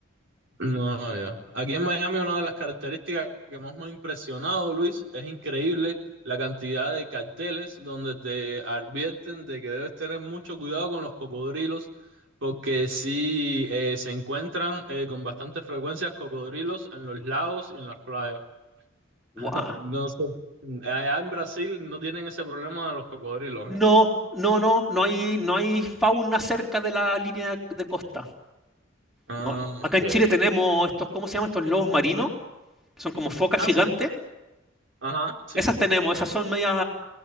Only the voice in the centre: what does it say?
¡Guau!
No,
no, no, no hay, no hay fauna cerca de la línea de costa.
No, Acá
en Chile tenemos estos, ¿cómo se llaman estos lobos marinos? que Son como focas
gigantes.
Esas tenemos, esas son medias,